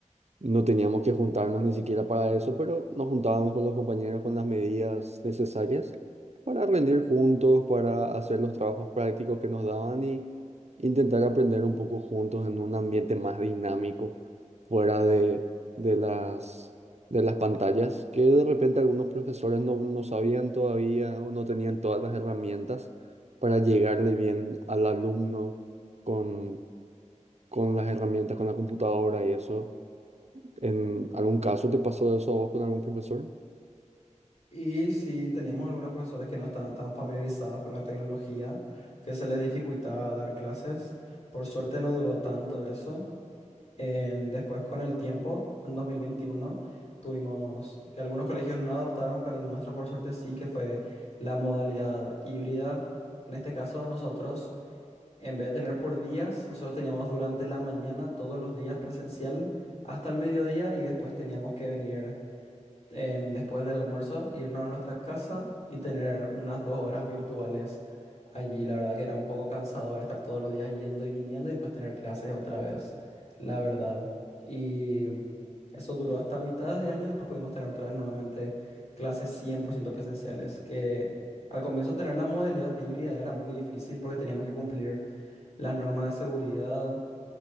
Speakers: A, on the right; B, on the left.
A: no teníamos que juntarnos ni siquiera para eso, pero nos juntábamos con los compañeros con las medidas necesarias para rendir juntos, para hacer los trabajos prácticos que nos daban y intentar aprender un poco juntos en un ambiente más dinámico, fuera de, de las, de las pantallas, que de repente algunos profesores no, no sabían todavía o no tenían todas las herramientas para llegarle bien al alumno con, con las herramientas, con la computadora y eso. ¿En algún caso te pasó eso a vos con algún profesor?
B: Y si teníamos algunos profesores que no estaban tan familiarizados con la tecnología, que se les dificultaba dar clases. Por suerte no duró tanto eso. Eh, después, con el tiempo, en 2021, tuvimos que algunos colegios no adoptaron, pero el nuestro, por suerte, sí, que fue la modalidad híbrida. En este caso, nosotros, en vez de tener por días, nosotros teníamos durante la mañana todos los días presencial hasta el mediodía y después teníamos que venir en- después del almuerzo, irnos a nuestra casa y tener unas dos horas virtuales allí. La verdad que era un poco cansador estar todos los días yendo y viniendo y después tener clases otra vez, la verdad. Y eso duró hasta mitad de año y después pudimos tener otra vez nuevamente clases 100% presenciales, que al comienzo tener la modalidad híbrida era muy difícil porque teníamos que cumplir las normas de seguridad.